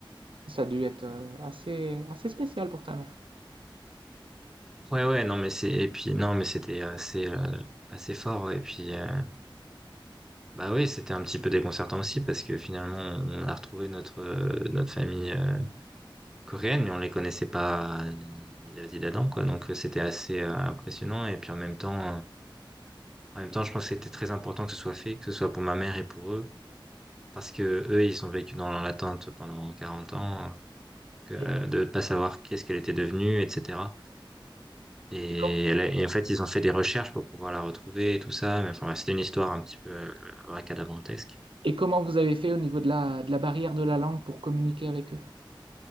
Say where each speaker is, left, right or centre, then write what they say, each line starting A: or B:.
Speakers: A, on the right; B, in the centre.
A: Ça a dû être euh, assez, assez spécial pour ta mère.
B: Ouais, ouais, non, mais c'est, et puis, non, mais c'était assez, euh, assez fort, ouais. Et puis, euh, bah oui, c'était un petit peu déconcertant aussi parce que finalement, on a retrouvé notre, euh, notre famille euh, coréenne, mais on les connaissait pas euh, ni David ni d'Adam, quoi. Donc, euh, c'était assez euh, impressionnant. Et puis, en même temps, euh, en même temps, je pense que c'était très important que ce soit fait, que ce soit pour ma mère et pour eux. Parce que eux, ils ont vécu dans l'attente pendant 40 ans, que- euh,
A: Et,
B: de pas savoir qu'est-ce qu'elle était devenue, etc. Et,
A: et com-
B: elle a- et en fait, ils ont fait des recherches pour pouvoir la retrouver et tout ça. Mais enfin, ouais, c'était une histoire un petit peu euh, racadabrantesque.
A: et comment vous avez fait au niveau de la, de la barrière de la langue pour communiquer avec eux?